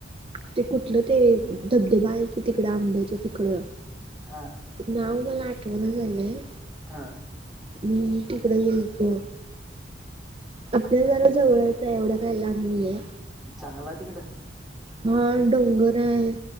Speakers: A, on the right (about 30°); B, in the centre.
A: ते कुठलं ते धबधबा आहे कि तिकडे आंबडायचे तिकड
B: हा
A: नाव मला आठवण झालंय
B: हा
A: हम तिकड गेलतो आपल्या जरा जवळयचं आहे एवढा काय लाब नाही आहे
B: चांगलंय तिकडं
A: हा डोंगर हाय.